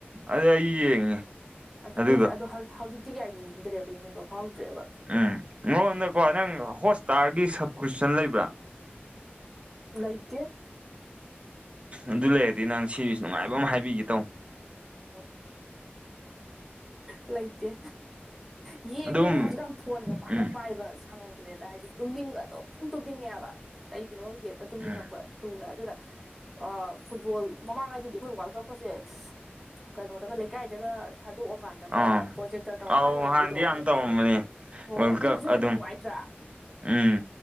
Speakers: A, on the right; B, in the centre.
A: ꯑꯗꯨ ꯑꯩ ꯌꯦꯡꯉꯦ
B: ꯑꯗꯨꯅꯦꯁ
A: ꯑꯗꯨꯗꯣ
B: ꯑꯗꯣ ꯍꯧꯖꯤꯛꯇꯤ ꯀꯌꯥ ꯌꯦꯡꯅꯤꯡꯗ꯭ꯔꯦꯕ ꯌꯦꯡꯅꯤꯡꯕ ꯐꯥꯎꯗ꯭ꯔꯦꯕ
A: ꯎꯝ ꯑꯩꯉꯣꯟꯗꯀꯣ ꯅꯪ ꯍꯣꯁꯄꯤꯇꯥꯜꯒꯤ ꯁꯞꯀ꯭ꯔꯤꯞꯁꯟ ꯂꯩꯕ꯭ꯔꯥ
B: ꯂꯩꯇꯦ
A: ꯑꯗꯨ ꯂꯩꯔꯗꯤ ꯅꯪ ꯁꯤꯔꯤꯁꯨ ꯅꯨꯡꯉꯥꯏꯕ ꯑꯃ ꯍꯥꯏꯕꯤꯒꯦ ꯇꯧ
B: ꯑꯣ ꯂꯩꯇꯦ ꯌꯦꯡꯗ꯭ꯔꯦꯗ
A: ꯑꯗꯨꯝ
B: ꯍꯧꯖꯤꯛꯀꯥꯟ ꯐꯣꯟꯒ ꯄꯥꯛꯅ
A: ꯎꯝ
B: ꯄꯥꯏꯕ ꯁꯪꯗ꯭ꯔꯦꯗ ꯍꯥꯏꯗꯤ ꯇꯨꯝꯅꯤꯡꯕ ꯑꯗꯨꯝ ꯇꯨꯝꯅꯤꯡꯉꯦꯕ ꯀꯩꯒꯤꯅꯣ ꯗꯦꯠꯇ ꯇꯨꯝꯅꯤꯡꯉꯛꯄ
A: ꯎꯝ
B: ꯊꯨꯅ ꯑꯗꯨꯅ ꯑ ꯐꯨꯠꯕꯣꯜ ꯃꯃꯥꯡꯉꯩꯗꯗꯤ ꯑꯩꯈꯣꯏ ꯋꯥꯔꯜ ꯀꯞꯄꯁꯦ ꯀꯩꯅꯣꯗꯒ ꯂꯩꯀꯥꯏꯗꯒ ꯊꯥꯗꯣꯛꯑꯀꯥꯟꯗ ꯑꯗꯨꯒ
A: ꯑꯥ
B: ꯄ꯭ꯔꯣꯖꯦꯛꯇꯔ ꯇꯧꯔꯀꯥꯟ
A: ꯑꯧ
B: ꯌꯦꯡꯕꯤꯗꯣ
A: ꯍꯥꯟꯅꯗꯤ ꯌꯥꯝ ꯇꯧꯔꯝꯕꯅꯦ
B: ꯍꯣꯏ
A: ꯋꯥꯔꯜ
B: ꯍꯣꯏ ꯑꯗꯨꯅꯁꯨ
A: ꯀꯞ
B: ꯍꯦꯟꯅ
A: ꯑꯗꯨꯝ
B: ꯅꯨꯡꯉꯥꯏꯇ꯭ꯔꯥ
A: ꯎꯝ